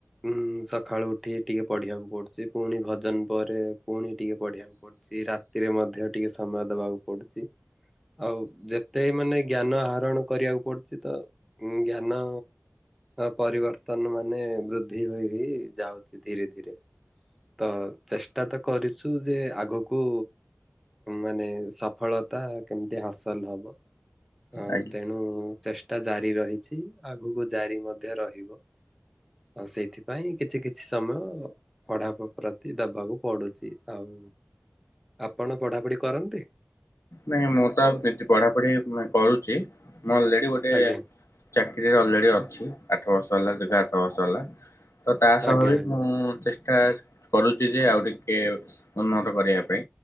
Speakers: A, in the centre; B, on the left (about 80°).
A: ଉଁ ସକାଳୁ ଉଠି ଟିକେ ପଢିବାକୁ ପଡୁଛି ପୁଣି ଭଜନ ପରେ ପୁଣି ଟିକେ ପଢିବାକୁ ପଡୁଛି, ରାତିରେ ମଧ୍ୟ ଟିକେ ସମୟ ଦବାକୁ ପଡୁଛି ଆଉ ଯେତେ ମାନେ ଜ୍ଞାନ ଆହରଣ କରିବାକୁ ପଡୁଛି ତ ଉ ଜ୍ଞାନ ପରିବର୍ତ୍ତନ ମାନେ ବୃଦ୍ଧି ହୋଇ ହୋଇ ଯାଉଛି ଧୀରେ ଧୀରେ ତ ଚେଷ୍ଟା ତ କରିଛୁ ଯେ ଆଗକୁ ମାନେ ସଫଳତା କେମିତି ହାସଲ ହବ। ଅ
B: ଆଜ୍ଞା
A: ତେଣୁ ଚେଷ୍ଟା ଜାରି ରହିଛି, ଆଗକୁ ଜାରି ମଧ୍ୟ ରହିବ। ଆଉ ସେଇଥିପାଇଁ କିଛି କିଛି ସମୟ ପଢା ପ୍ରତି ଦବାକୁ ପଡୁଛି ଆଉ। ଆପଣ ପଢାପଢି କରନ୍ତି!
B: ନାଇଁ ମୁଁ ତ ପଢାପଢି କରୁଛି ମୁଁ ଅଲରେଡି ଗୋଟେ
A: ଆଜ୍ଞା
B: ଚାକିରିରେ ଅଲରେଡି ଅଛି, ଆଠ ବର୍ଷ ଲା ଘାସ ବସଲା ତ ତା ସହ
A: ଆଜ୍ଞା
B: ବି
A: ଆଜ୍ଞା
B: ମୁଁଷ୍ଟ କରୁଛି ଯେ ଆଉ ଟିକେ ଉନ୍ନତ କରିବା ପାଇଁ।